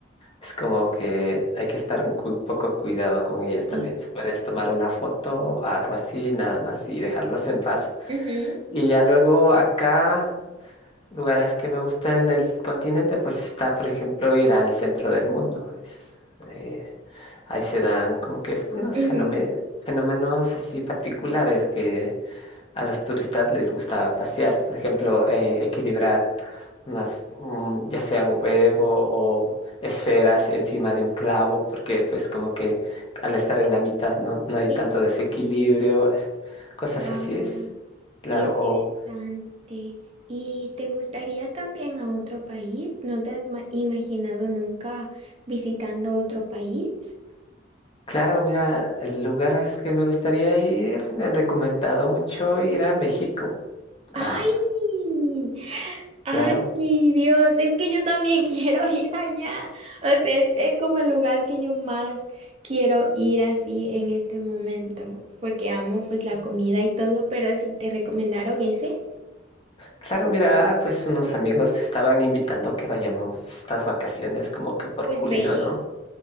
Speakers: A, on the left (about 30°); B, on the right (about 30°).
A: es como que hay que estar un cu- poco cuidado con ellas también.
B: Y
A: Se puedes tomar una foto, algo así, nada más y dejarlos en paz.
B: Ujú,
A: Y ya luego acá, lugares que me gustan en el continente, pues está, por ejemplo, ir al centro del mundo. Es, eh, ahí se dan como que unos
B: ujú.
A: fenome- fenómenos así particulares que a los turistas les gustaba pasear, por ejemplo, eh, equilibrar más un- ya sea un huevo o esferas encima de un clavo, porque pues como que al estar en la mitad no, no hay
B: Sí.
A: tanto desequilibrio, es- cosas
B: Guau.
A: así es, claro,
B: Qué interesante.
A: o
B: ¿Y te gustaría también a otro país? ¿No te has ma- imaginado nunca visitando otro país?
A: claro, mira, el lugar es que me gustaría ir, me han recomendado mucho ir a México.
B: ¡Ay!
A: Ah, pues,
B: ¡Ay,
A: claro.
B: Dios! Es que yo también <laughs> quiero ir allá. O sea, es, es como el lugar que yo más quiero ir así en este momento, porque amo pues la comida y todo, pero si te recomendaron ese,
A: Claro, mira, pues unos amigos estaban invitando que vayamos estas vacaciones como que por
B: pues
A: julio,
B: ve.
A: ¿no?